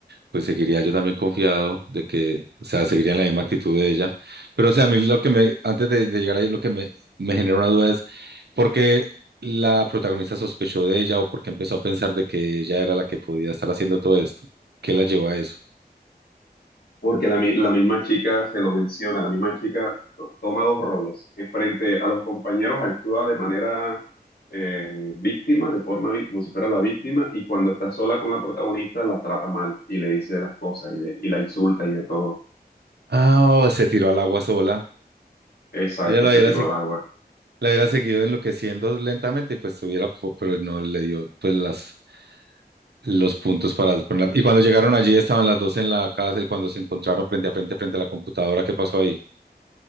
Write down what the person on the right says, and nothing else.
pues seguiría yo también confiado de que, o sea, seguiría en la misma actitud de ella. Pero, o sea, a mí lo que me, antes de, de llegar ahí, lo que me, me genera una duda es, ¿por qué la protagonista sospechó de ella o por qué empezó a pensar de que ella era la que podía estar haciendo todo esto? ¿Qué la llevó a eso?
Ah, oh, se tiró al agua sola.
Ella la
hubiera,
segui-
la hubiera seguido enloqueciendo lentamente y pues tuviera, po- pero no le dio pues las, los puntos para ponerla- Y cuando llegaron allí estaban las dos en la casa y cuando se encontraron frente a frente, frente a la computadora, ¿qué pasó ahí?